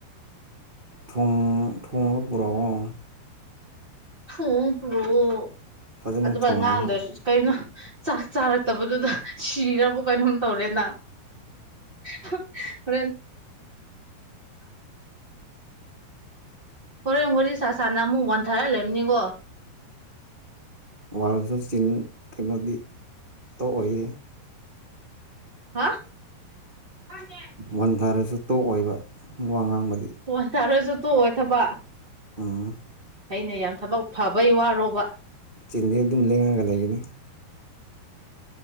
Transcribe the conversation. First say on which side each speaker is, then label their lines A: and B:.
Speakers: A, on the right; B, on the right.
A: ꯊꯣꯡ ꯊ‌ꯣꯡꯉꯒ ꯄꯨꯔꯛꯑꯣ
B: ꯍ ꯄꯨꯔꯛꯑꯣ
A: ꯐꯖꯅ
B: ꯑꯗꯨꯃꯥꯏ
A: ꯊꯣꯡꯉꯒ
B: ꯉꯥꯡꯗꯔꯁꯨ ꯀꯩꯅꯣ ꯆꯥꯛ ꯆꯥꯔꯛꯇꯕꯗꯨꯗ ꯁꯤꯔꯕ‌ꯣ ꯀꯩꯅꯣꯝ ꯇꯧꯔꯦꯅ ꯍ‌ꯣꯏꯔ‌ꯦꯟ ꯍꯣꯔꯦꯟ ꯋꯥꯔꯤ ꯁꯥ ꯁꯥꯅ ꯑꯃꯨꯛ ꯋꯥꯟ ꯊꯥꯔ ꯂꯩꯔꯝꯅꯤꯀꯣ
A: ꯋꯥꯜꯖꯨ ꯆꯤꯡ ꯀꯩꯅꯣꯗꯤ ꯇ‌ꯣꯛ ꯑꯣꯏꯌꯦ
B: ꯍꯥ <unintelligible>
A: ꯋꯥꯟꯊꯔꯁꯨ ꯇ‌ꯣꯛꯑꯣꯏꯕ ꯋꯥ ꯉꯥꯡꯕꯗꯤ
B: ꯋꯥꯟꯊꯔꯥꯖꯨ ꯇꯣꯛꯑ‌ꯣꯏ ꯊꯕꯥ
A: ꯎꯝ
B: ꯍꯩꯅ‌ꯦ ꯌꯥꯝ ꯊꯕꯛ ꯐꯕꯩ ꯋꯥꯔꯣꯕ
A: ꯆꯤꯟꯗꯤ ꯑꯗꯨꯝ ꯂꯩꯡꯉꯒ ꯂꯩꯅꯤ